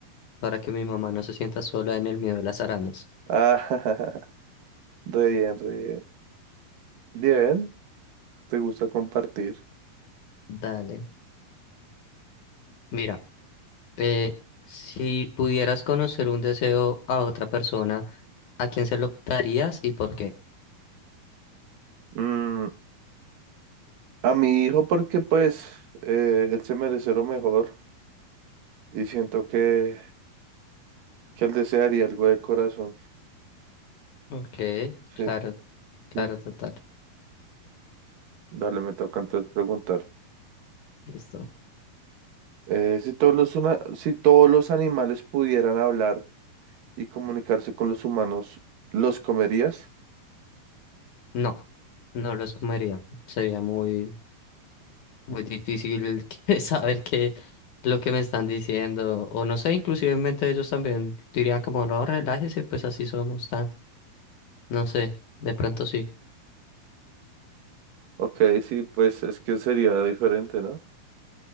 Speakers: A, on the left (about 60°); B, on the right (about 70°).
A: para que mi mamá no se sienta sola en el miedo de las arañas.
B: Ah, <laughs> re bien, re bien. Bien, te gusta compartir.
A: Dale. Mira, eh, si pudieras conocer un deseo a otra persona, ¿a quién se lo darías y por qué?
B: Mm, a mi hijo porque pues eh, él se merece lo mejor y siento que, que él desearía algo de corazón.
A: Ok,
B: Sí,
A: claro, claro,
B: sí.
A: total.
B: Dale, me toca entonces preguntar.
A: Listo.
B: Eh, si todos los, una- si todos los animales pudieran hablar y comunicarse con los humanos, ¿los comerías?
A: No, no los comería. Sería muy... Muy difícil <laughs> saber qué lo que me están diciendo. O no sé, inclusivemente ellos también dirían como, no, relájese, pues así somos tan. No sé, de pronto sí.
B: Ok, sí, pues es que sería diferente, ¿no?